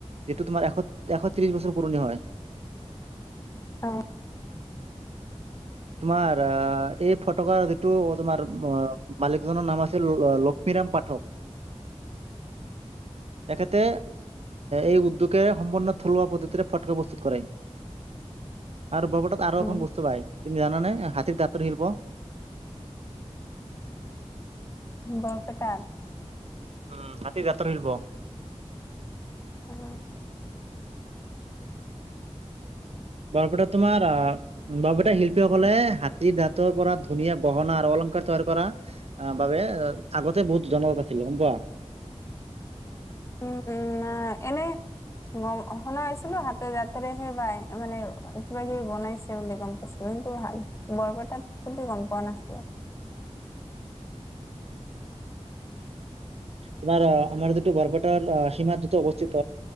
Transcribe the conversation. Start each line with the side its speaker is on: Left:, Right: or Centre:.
Right: যিটো তোমাৰ এশ এশত্ৰিশ বছৰ পুৰণি হয়।
Left: অ
Right: তোমাৰ এই ফটকাৰ যিটো তোমাৰ মালিকজনৰ নাম আছিল লক্ষ্মী। বিৰাম পাঠক
Left: <inaudible>
Right: তেখেতে এই উদ্যোগে সম্পন্ন থলুৱা পদ্ধতিৰে ফটকা প্ৰস্তুত কৰে।
Left: <inaudible>
Right: আৰু বৰপেতাট আৰু
Left: উম
Right: এখন বস্তু পাই জানেনে হাতীৰ দাঁতৰ শিল্প
Left: বৰপেটাত
Right: উম, হাতীৰ দাঁতৰ শিল্প
Left: উম
Right: বৰপেটাত তোমাৰ বৰপেটাৰ শিল্পীসকলে হাত দাঁতৰ পৰা ধুনীয়া গহনা আৰু অলংকাৰ তৈয়াৰ কৰা অ বাবে আগতে বহুত জনাজাত আছিল। <unintelligible>
Left: উম-উম এনে গম শুনা পাইছিলো হাতে জাতেৰেহে পাই মানে কিবা কিবি বনাইছে বুলি গম পাইছিলো। টো ভাল বৰপেটাত সো গম পোৱা নাছিলে।
Right: তোমাৰ আমাৰ যটো বৰপেটাৰ সীমা দুতো অৱস্থিত